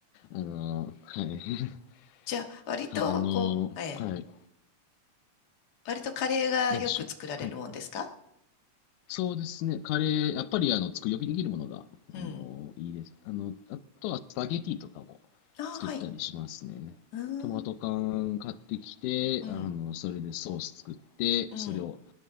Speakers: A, on the left (about 90°); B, on the left (about 45°).
A: あの、はい。<laughs>
B: じゃあ、割とこう、
A: ああの、
B: ええ、
A: はい。
B: 割とカレーがよく作られるもんですか
A: なんでしょう。はい。そうですね、カレー、やっぱりあの作り置きできるものがあのいいですあの。
B: うん。
A: あとはスパゲティとかも
B: ああ、
A: 作ったりしますね。
B: はい。うーん、
A: トマト缶買ってきて、
B: うん、
A: あのそれでソース作って、
B: うん、
A: それを、